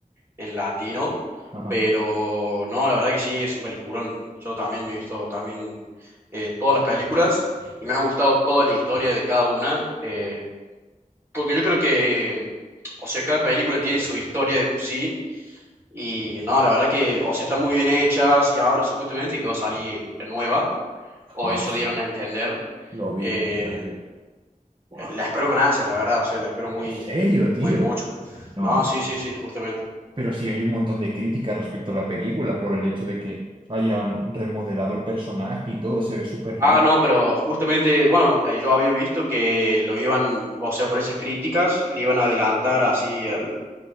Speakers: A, on the right; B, on the right.
A: en latino,
B: Ajá.
A: pero no, la verdad que sí, es un peliculón. Yo también me he visto también eh, todas las películas y me ha gustado toda la historia de cada una, eh, porque yo creo que, o sea, cada película tiene su historia de por sí y no, la verdad que, o sea, están muy bien hechas y ahora supuestamente que va a salir la nueva, o
B: Ah,
A: eso
B: sí,
A: dieron a entender.
B: lo vi,
A: eh,
B: vi el tráiler. Buah,
A: la espero con ansias, la verdad, o sea, la espero muy,
B: ¿En serio, tío?
A: muy mucho.
B: No.
A: No, sí, sí, sí, justamente.
B: Pero sí hay un montón de críticas respecto a la película por el hecho de que hayan remodelado el personaje y todo se ve súper
A: Ah,
B: raro.
A: no, pero justamente, bueno, eh, yo había visto que lo iban, o sea, por esas críticas, le iban a adelantar así al-